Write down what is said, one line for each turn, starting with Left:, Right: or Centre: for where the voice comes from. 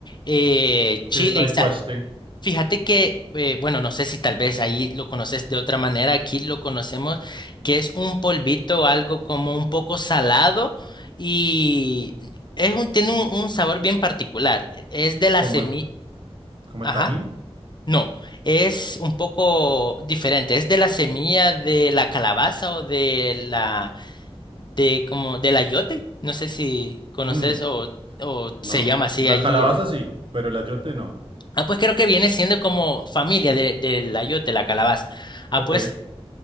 Left: eh, chile
Right: es aicuaste?
Left: y sal. Fíjate que, eh, bueno, no sé si tal vez ahí lo conoces de otra manera, aquí lo conocemos que es un polvito, algo como un poco salado y es un, tiene un, un sabor bien particular. e, Es de la
Right: ¿Como
Left: semilla,
Right: el, como
Left: ajá,
Right: el tajín?
Left: no, es un poco diferente, es de la semilla de la calabaza o de la, de como, del ayote, no sé si conoces
Right: Mm,
Left: o, o
Right: no.
Left: se llama así
Right: La
Left: allí.
Right: calabaza sí, pero el ayote no.
Left: Ah, pues creo que viene siendo como familia de, del ayote, la calabaza. Ah,
Right: Ok.
Left: pues